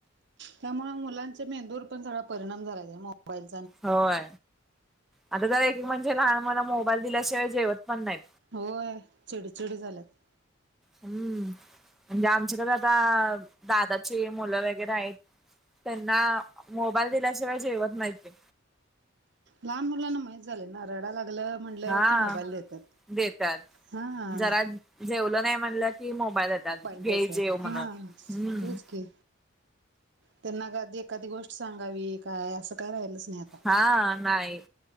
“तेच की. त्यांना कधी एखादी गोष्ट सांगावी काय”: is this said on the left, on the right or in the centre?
Right